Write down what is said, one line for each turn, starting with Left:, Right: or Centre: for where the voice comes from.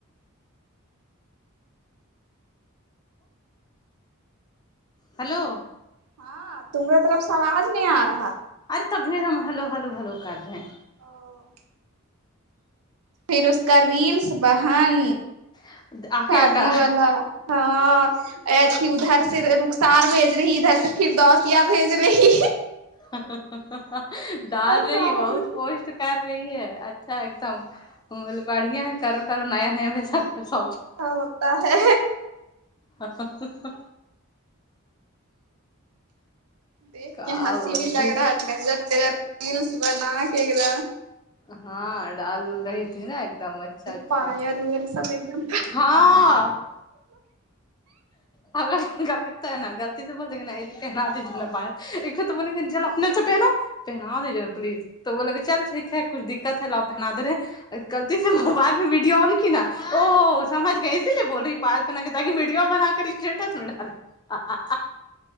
Left: ہلو
Right: ہاں تمرے طرف سے آواز نہیں آ رہا
Left: ارے تبھی ہم ہلو ہلو ہلو کر رہے ہیں
Right: او پھر اس کا ریلس بہن
Left: ہیں آفیہ
Right: شادی
Left: کا
Right: والا ہاں ا کہ ادھر سے ر-رخسار بھیج رہی ادھر سے پھر دوسیا بھیج رہی
Left: ہ ه ہ ہ ہ
Right: اس
Left: ڈال
Right: کا
Left: رہی
Right: صادق
Left: بہت پوسٹ کر رہی ہے اچھا ایک دم مگل باڑی یہہ کرو کرو نیا نیا میں سب کچھ س
Right: ہاؤ ہوتا ہے
Left: ہ ہ ہ
Right: دیکھ
Left: کا
Right: کے ہنسی
Left: بولتی
Right: بھی لگ رہا ہے ڈینجر د ریلس بنا کے ایک د
Left: ہاں ڈال وول رہی تھی نا ایک دم اچھا اچھا
Right: پایل ویل سب ایک دم
Left: ہاں ہم گنکتا ہے نا غلطی سے بولتے ہیں اے جی پہنا دی جائے نہ پیال <unintelligible> چا پہنو پہنا دجیے نا پلیز تو وہ لگے چل ٹھیک ہے کچھ دقت ہے لاو پہنا دے رہے غلطی سے موبائل میں ویڈیو آن کی نا او سمج گئے اسی لیے بول رہی پال بنا کے تاکی ویڈیو بنا کر سٹیٹس میں ڈالیں آ آ آ